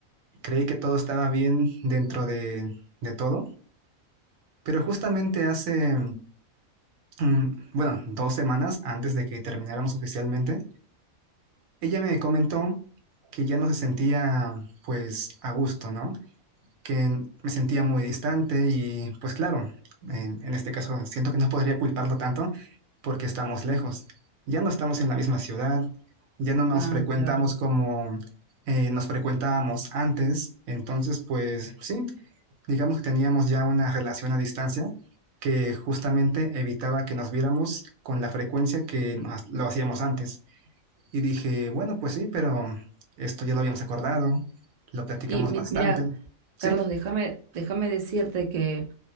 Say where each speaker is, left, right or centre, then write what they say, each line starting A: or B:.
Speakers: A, on the right (about 75°); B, on the right (about 60°).
A: creí que todo estaba bien dentro de, de todo. Pero justamente hace, mm, bueno, dos semanas antes de que termináramos oficialmente, ella me comentó que ya no se sentía pues a gusto, ¿no? Que me sentía muy distante y pues claro, en, en este caso siento que no podría culparlo tanto porque estamos lejos. Ya no estamos en la misma ciudad, ya no nos
B: Ah,
A: frecuentamos
B: claro.
A: como eh, nos frecuentábamos antes, entonces pues sí, digamos que teníamos ya una relación a distancia que justamente evitaba que nos viéramos con la frecuencia que nos- lo hacíamos antes. Y dije, bueno, pues sí, pero esto ya lo habíamos acordado, lo platicamos
B: Y mi-
A: bastante,
B: mira,
A: ¿sí?
B: Carlos, déjame, déjame decirte que